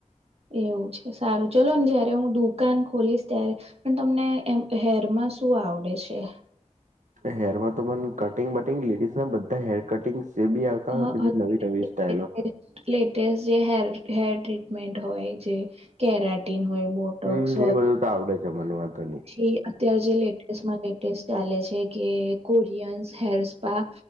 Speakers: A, on the right; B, on the right.
A: એવું છે સારું ચલો ને જયારે હું દુકાન ખોલીશ ત્યારે પણ તમને એમ હેરમાં શું આવડે છે?
B: હેર માં તો મને કટિંગ વટિંગ લેડીઝ ના બધા હેર કટિંગ એ બી આવ હા
A: હ
B: બધી નવી નવી સ્ટાઈલો
A: લેટેસ્ટ જે હે હેર ટ્રીટમેન્ટ હોય જે કેરાટીન હોય બોટોક્સ
B: હમ્મ એ બધું તો આવડે છે મને વાંધો નહી
A: એ અત્ય્યારે જે લેટેસ્ટમાં લેટેસ્ટ ચાલે છે કે કોરિયન્ હેર સ્પા